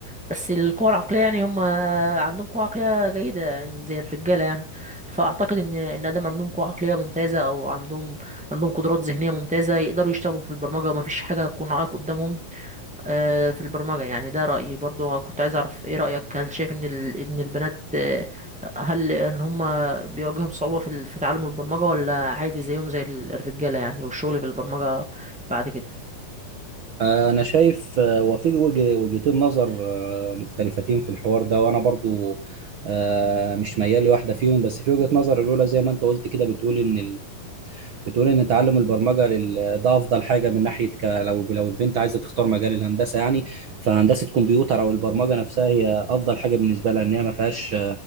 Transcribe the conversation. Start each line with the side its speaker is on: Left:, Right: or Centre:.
Centre: بس القوه العقليه يعني هم عندهم قوه عقليه جيده يعني زي الرجاله يعني فاعتقد ان ان ادام عندهم قوه عقليه ممتازه او عندهم عندهم قدرات ذهنيه ممتازه يقدروا يشتغلوا في البرمجه وما فيش حاجه تكون عائق قدامهم آه، في البرمجة يعني ده رأيي برضو كنت عايز أعرف إيه رأيك هل شايف إن ال... إن البنات آه، هل إن هما بيواجههم صعوبة في ال- في تعلم البرمجة ولا عادي زيهم زي ال- الرجالة يعني والشغل في البرمجة بعد كده
Right: أنا شايف آه، وفي وجه- وجهتين نظر آه، مختلفتين في الحوار ده وأنا برضو آه، مش ميال لواحدة فيهم بس في وجهة نظر الأولى زي ما أنت قلت كده بتقول إن بتقول ان تعلم البرمجه لل- ده افضل حاجه من ناحيه ك... لو لو البنت عايزه تختار مجال الهندسه يعني فهندسه كمبيوتر او البرمجه نفسها هي افضل حاجه بالنسبه لها ان هي ما فيهاش